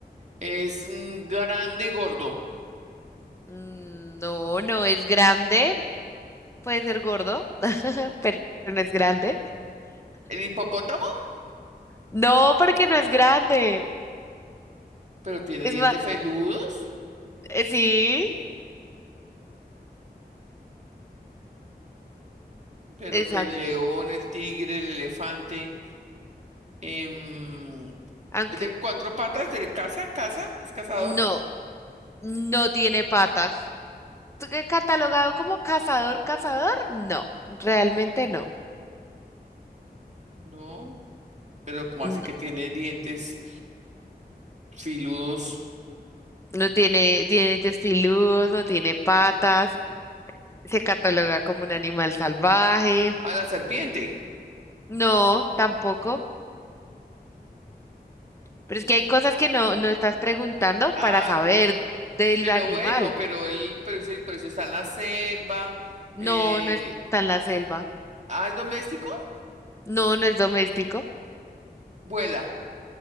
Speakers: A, on the right; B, on the left.
A: Es mm, grande y gordo.
B: Mm, No, no es grande, puede ser gordo, <laughs> pero no es grande.
A: ¿El hipopótamo?
B: No, porque no es grande.
A: pero tiene
B: Es
A: dientes
B: más,
A: feludos,
B: eh, sí,
A: pero
B: exacto.
A: que el león, el tigre, el elefante, em,
B: Aunque
A: es de cuatro patas, de caza, caza, es cazador,
B: no, no tiene patas. ¿Tú qué catalogado como cazador, cazador? No, realmente no.
A: no, pero como
B: No,
A: así que tiene dientes filudos
B: no tiene, tiene dientes filudos, no tiene patas. Se cataloga como un animal salvaje.
A: a la serpiente.
B: No, tampoco. Pero es que hay cosas que no, no estás preguntando
A: Ah,
B: para saber del
A: pero
B: animal.
A: bueno, pero él, pero ese- pero eso está en la selva,
B: No,
A: eh,
B: no está en la selva.
A: ah, es doméstico,
B: No, no es doméstico.
A: vuela,